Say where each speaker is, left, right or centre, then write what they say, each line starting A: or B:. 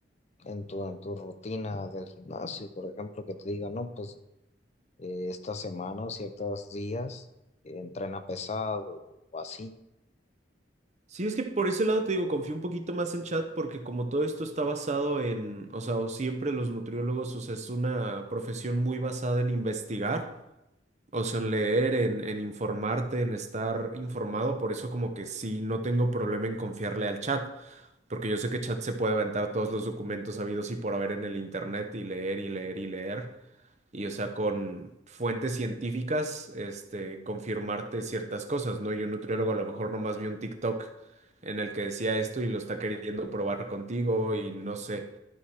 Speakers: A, on the left (about 40°); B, on the right (about 40°).
A: en tu, en tu rutina del gimnasio, por ejemplo, que te diga, no, pues, eh, esta semana o ciertos días, eh, entrena pesado o así.
B: Sí, es que por ese lado te digo, confío un poquito más en chat porque como todo esto está basado en, o sea, o siempre los nutriólogos, o sea, es una profesión muy basada en investigar, o sea, en leer, en, en informarte, en estar informado, por eso como que sí, no tengo problema en confiarle al chat, porque yo sé que chat se puede aventar todos los documentos habidos y por haber en el internet y leer y leer y leer y, o sea, con fuentes científicas, este, confirmarte ciertas cosas, ¿no? Y un nutriólogo a lo mejor nomás vio un TikTok en el que decía esto y lo está queriendo probar contigo y no sé.